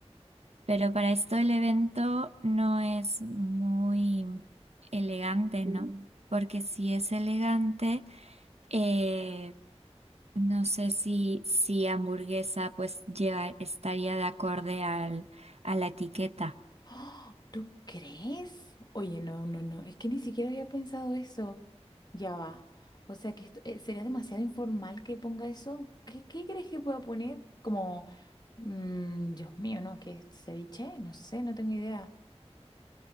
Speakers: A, on the right; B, on the left.
A: pero para esto el evento no es muy elegante, ¿no? Mm. Porque si es elegante, eh, no sé si, si hamburguesa pues lleva, estaría de acorde al, a la etiqueta.
B: ¡Ah! ¿Tú crees? Oye, no, no, no, es que ni siquiera había pensado eso. Ya va. O sea, que esto, eh, sería demasiado informal que ponga eso. ¿Qué, qué crees que pueda poner? Como, mm, Dios mío, ¿no? ¿Qué ceviche? No sé, no tengo idea.